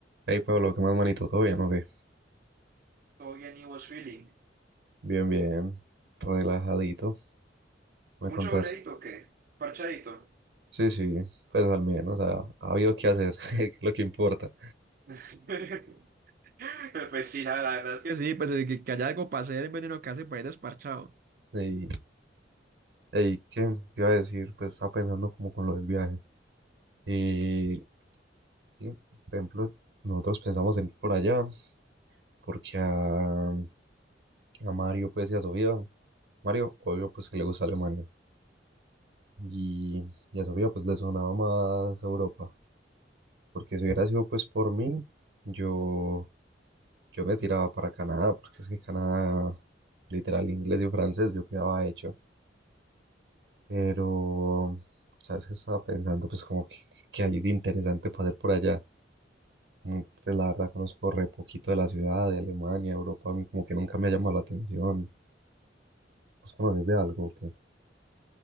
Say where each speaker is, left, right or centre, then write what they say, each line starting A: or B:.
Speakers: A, on the right (about 65°); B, on the right (about 50°).
A: Hey Pablo, ¿qué más manito? ¿Todo bien o qué?
B: Todo bien, y vos, Philly.
A: Bien, bien, relajadito, ¿me
B: Mucho
A: contás?
B: dobledito, o ¿qué? Parchadito.
A: Sí, sí, pues al menos ha, ha habido que hacer, <laughs> que es lo que importa.
B: <laughs> Pues sí, la la verdad es que sí, pues de que, que haya algo para hacer en vez de uno que hace para ir desparchado.
A: Y, hey, ¿qué te iba a decir? Pues estaba pensando como con lo del viaje. Y, y, por ejemplo, nosotros pensamos en ir por allá, porque a, a Mario, pues, y a Sofía, Mario, obvio, pues, que le gusta Alemania. Y, y a Sofía, pues, le sonaba más Europa, porque si hubiera sido, pues, por mí, yo... Yo me tiraba para Canadá, porque es que Canadá, literal, inglés y francés, yo quedaba hecho. Pero, ¿sabes qué estaba pensando? Pues como que, que hay de interesante para hacer por allá. Mm, Pues la verdad conozco re poquito de la ciudad, de Alemania, Europa, a mí como que nunca me ha llamado la atención. ¿Vos conoces de algo o qué?